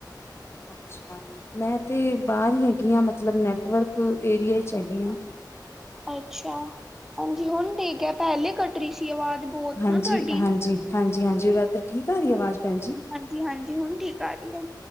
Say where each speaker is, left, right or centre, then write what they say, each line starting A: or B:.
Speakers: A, on the left (about 35°); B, in the centre.
A: ਅੱਛਾ ਮੈਂ ਤੇ ਬਾਹਰ ਹੀ ਹੈਗੀ ਹਾਂ ਮਤਲਬ ਨੈਟਵਰਕ ਏਰੀਏ ਚ ਹੈਗੀ ਹਾਂ
B: ਅੱਛਾ ਹਾਂਜੀ ਹੁਣ ਠੀਕ ਹੈ ਪਹਿਲੇ ਕੱਟ ਰਹੀ ਸੀ ਆਵਾਜ਼ ਬਹੁਤ
A: ਹਾਂਜੀ
B: ਨਾ ਤੁਹਾਡੀ
A: ਹਾਂਜੀ ਹਾਂਜੀ -ਹਾਂਜੀ ਉਧਰ ਠੀਕ ਆ ਰਹੀ ਆਵਾਜ਼ ਭੈਣਜੀ
B: ਹਾਂਜੀ -ਹਾਂਜੀ ਹੁਣ ਠੀਕ ਆ ਰਹੀ ਹੈ